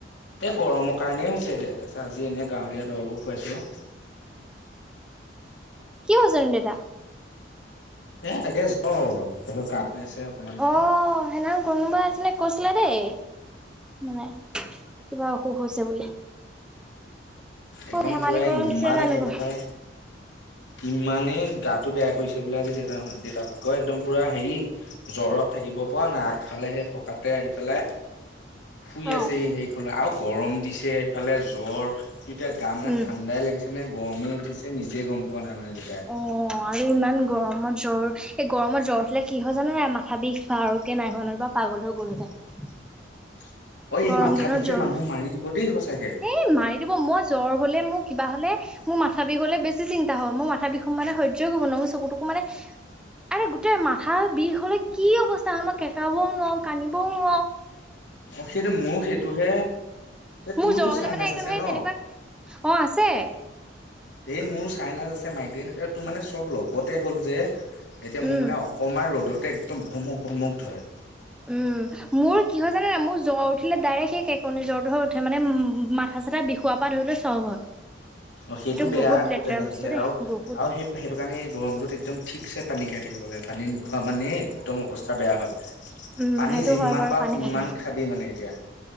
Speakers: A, on the left; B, in the centre.
A: এই গৰমৰ কাৰণেই হৈছে তাৰপিছত আজি এনে গাঁৱলীয়া দৰবোৰ খুৱাইছো <inaudible>
B: কি হৈছে নো দেউতা?
A: এ তাকে জৰ কাহ হৈ আছে অকমানকে
B: অ
A: ।
B: সেইদিনা কোনোবা এজনে কৈছিলে দেই মানে কিবা অসুখ হৈছে বুলি
A: একদম
B: অ ধেমালি
A: পুৰা
B: গৰম
A: ইমান
B: দিছে জানো
A: একেবাৰে
B: বাৰু।
A: ইমানেই গাটো বেয়া কৰিছে বোলে আজি দেতা দেউতা ভাগৰ একদম পুৰা হেৰি জ্বৰত থাকিব পৰা নাই আগফালে সেই পকাত তাতে আহিফালে শুই
B: অ',
A: আছে সেইখনত আৰু গৰম দিছে এইফালে জ্বৰ ত এতিয়া গা মানে
B: উম।
A: ঠাণ্ডাই লাগিছে নে গৰমে উঠিছে নিজে গম পোৱা নাই মানে দেউতাই
B: অ আৰু ইমান গৰমত জ্বৰ আৰু এই গৰমত জ্বৰ উঠিলে কি হয় জানে নাই মাথা বিষ বা আৰু কে নাই হোৱা নহলে‌ পাগল হৈ গলো‍ হেতেন
A: <inaudible> অ
B: গৰম
A: এই মাথা
B: দিনত
A: বিষে
B: জোৰ
A: মানুহ মাৰি দিব দেই সঁচাকে
B: এই মাৰি দিব মজ জ্বৰ হ'লে মোক কিব হলে মোৰ মাথা বিষ হলে বেছি চিন্তা হল মোৰ মাথা বিষ সম মানে সহ্য় কৰিব ন মোৰ চকুতো মানে আৰে গোটেই মাথাৰ বিষ হলে কি অৱস্থা হয় মই কেকাবও নোৱাও কানিবও নোৱাও
A: অ সেইটো মোক সেইটোহে এই
B: মোৰ
A: তোৰতো
B: জ্বৰ
A: চাইনাচ
B: হ'লে মানে একদম
A: আছে
B: সেই
A: ন
B: তেনেকুৱা অ' আছে
A: এই মোৰ চাইনাচ্ আছে মাইগ্ৰেইন তোৰ মানে চব লগতে হ'ল যে এতিয়া মোৰ
B: উম
A: মানে অকমান ৰ'দত একদম ভ্ৰমক ভমক ধৰে
B: উম মোৰ কি হয় জানে মোৰ জ্বৰ উিলে ডাইৰেক্ট সেই কেকনি জ্বৰটো হৈ উঠে মানে মাথা চাতা বিষুখোৱা ধৰিলেও চব হয়
A: অ সেইটো বেয়া
B: বহুত
A: আকৌ
B: লেতেৰা
A: তেনেকে
B: বস্তু দেই
A: আৰু
B: বহুত
A: আৰু সেই সেইটো কাৰণে গৰমটোত একদম ঠিকছে পানী খাই থাক লাগে পানী খোৱা মানে একদম অৱস্থা বেয়া হয়
B: উম
A: পানী
B: সেইটো
A: যিমান
B: হয় বাৰু
A: পাওঁ
B: পানী
A: সিমান
B: খাই
A: খাবি মানে এতিয়া